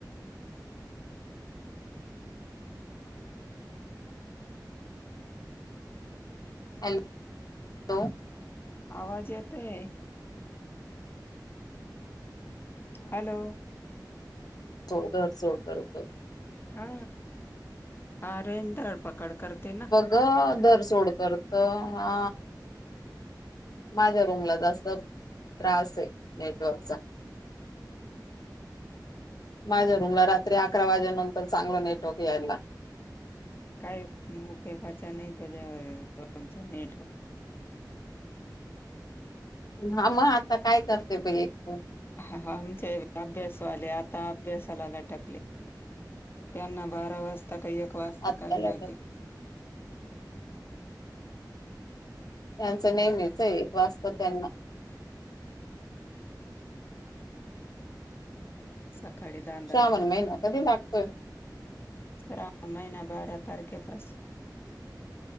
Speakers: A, on the left (about 60°); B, on the left (about 30°).
A: हॅ--लो
B: आवाज येतय. हॅलो
A: चौदा च होतत.
B: हा हा रेधळपकड करते ना
A: ग दर सोड करत हा माझ्या रूमला जास्त त्रास आहे नेटवर्कचा माझ्या रूमला रात्री अकरा वाजेलेनंतर चांगलं नेटवर्क यायला.
B: काय उपेगाचा नाही तेजा रूमचा नेटवर्क
A: हा मग आता काय करते पई एक तर
B: हा हा आमच्या अभ्यासवाले आता अभ्यासाला लटकले. त्यांना बारा वाजता काही एक वाजता
A: आत्ताला
B: काय माहिती
A: तर त्यांचं नेहमीच एक वाजता त्यांना
B: सकाळी धांदल
A: श्रावण
B: धांदल
A: महिना कधी लागतोय
B: श्रावण महिना बारा तारखे पासून